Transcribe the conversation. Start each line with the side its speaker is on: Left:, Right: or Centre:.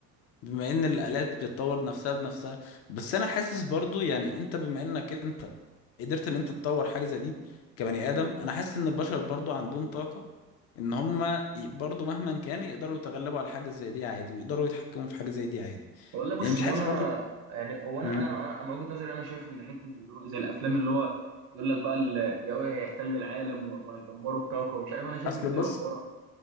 Left: بما ان الآلات بتطور نفسها بنفسها بس انا حاسس برضو يعني انت بما انك انت قدرت ان انت تطور حاجة زي دي كبني آدم انا حاسس ان البشر برضو عندهم طاقة ان هم ي- برضو مهما كان يقدروا يتغلبوا على حاجة زي دي عادي ويقدروا يتحكموا في حاجة زي دي عادي
Right: والله بص
Left: يعني مش حاسس
Right: هو انا
Left: برضو
Right: يعني هو انا
Left: مم.
Right: انا انا من وجهه نظري انا شايف ان حته اللي هو زي الافلام اللي هو يقول لك بقى ال- اللي هو هيحتل العالم و- وهيدمروا الكوكب ومش عارف انا شايف
Left: اصل
Right: ان دي
Left: بص
Right: افوره